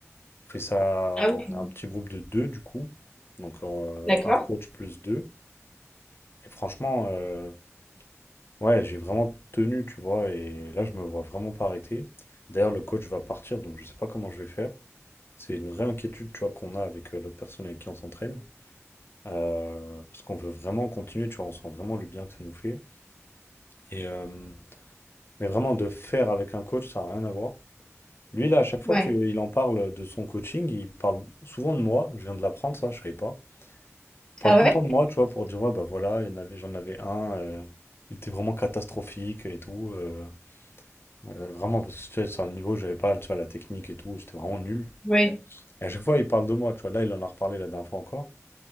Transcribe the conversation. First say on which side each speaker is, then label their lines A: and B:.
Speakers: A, on the left (about 50°); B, on the left (about 15°).
A: Je fais ça, on
B: Ah oui.
A: a un petit groupe de deux du coup. Donc euh,
B: D'accord.
A: un coach plus deux. Et franchement, euh, ouais, j'ai vraiment tenu, tu vois. Et là, je me vois vraiment pas arrêter. D'ailleurs, le coach va partir, donc je sais pas comment je vais faire. C'est une vraie inquiétude, tu vois, qu'on a avec euh, l'autre personne avec qui on s'entraîne. Euh, parce qu'on veut vraiment continuer, tu vois, on sent vraiment le bien que ça nous fait. Et, euh, mais vraiment, de faire avec un coach, ça n'a rien à voir. Lui, là, à chaque fois
B: Ouais.
A: qu'il en parle de son coaching, il parle souvent de moi. Je viens de l'apprendre, ça, je savais pas. Il parle
B: Ah
A: tout
B: ouais?
A: le temps de moi, tu vois, pour dire, ouais, bah voilà, il y en avait, j'en avais un, euh, il était vraiment catastrophique et tout. euh, euh, vraiment, parce que tu sais, sur le niveau, j'avais pas, tu vois, la technique et tout, j'étais vraiment nul.
B: Oui.
A: Et à chaque fois, il parle de moi, tu vois. Là, il en a reparlé la dernière fois encore.